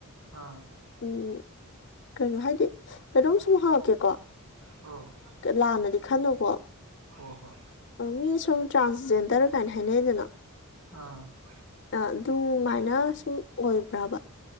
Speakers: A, on the right; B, on the left.
A: ꯑꯥ
B: ꯎꯝ ꯀꯩꯅꯣ ꯍꯥꯏꯗꯤ ꯀꯩꯅꯣꯝ ꯁꯨꯝ ꯍꯥꯡꯉꯛꯀꯦꯀꯣ
A: ꯑꯣ
B: ꯂꯥꯟꯅꯗꯤ ꯈꯟꯅꯨꯀꯣ
A: ꯍꯣꯏ ꯍꯣꯏ
B: ꯃꯤ ꯁꯨꯝ ꯇ꯭ꯔꯥꯟꯖꯦꯟꯗꯔ ꯀꯃꯥꯏꯅ ꯍꯥꯏꯅꯩꯗꯅ
A: ꯑꯥ
B: ꯑ ꯑꯗꯨꯃꯥꯏꯅ ꯑꯗꯨ ꯑꯣꯏꯕ꯭ꯔꯕ